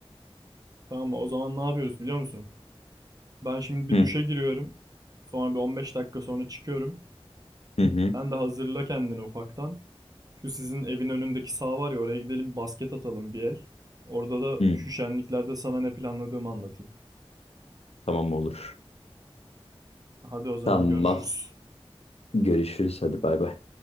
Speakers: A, on the right; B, on the left.
A: tamam o zaman ne yapıyoruz biliyor musun? Ben şimdi bir
B: Hı
A: duşa giriyorum. Sonra bir 15 dakika sonra çıkıyorum.
B: hı hı.
A: Sen de hazırla kendini ufaktan. Şu sizin evin önündeki saha var ya oraya gidelim basket atalım bir el. Orada da
B: hı.
A: şu şenliklerde sana ne planladığımı anlatayım.
B: Tamam olur.
A: Hadi o zaman
B: Tamam.
A: görüşürüz.
B: Görüşürüz hadi bay bay.